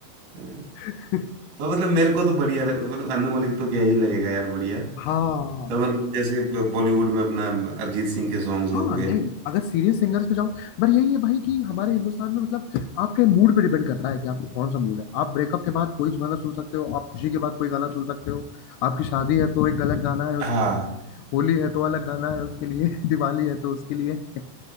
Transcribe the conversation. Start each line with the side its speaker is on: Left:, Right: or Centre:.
Right: हाँ।
Left: <laughs>
Right: तो मतलब मेरे को तो बढ़िया लग मतलब अनु मलिक तो क्या ही लगेगा यार बढ़िया
Left: हाँ
Right: पर मतलब जैसे ब- बॉलीवुड में अपना अरिजीत सिंह के सॉन्ग्स हो
Left: हाँ
Right: गए
Left: नहीं अगर सीरियस सिंगर्स पे जाओ पर यही है भाई कि हमारे हिंदुस्तान में मतलब आपके मूड पे डिपेंड करता है कि आपको कौन सा मूड है आप ब्रेकअप के बाद कोई गाना सुन सकते हो आप खुशी के बाद कोई गाना सुन सकते हो आपकी शादी है तो एक अलग गाना है उसके
Right: हाँ
Left: लिए होली है तो अलग गाना है उसके लिए <laughs> दिवाली है तो उसके लिए <laughs>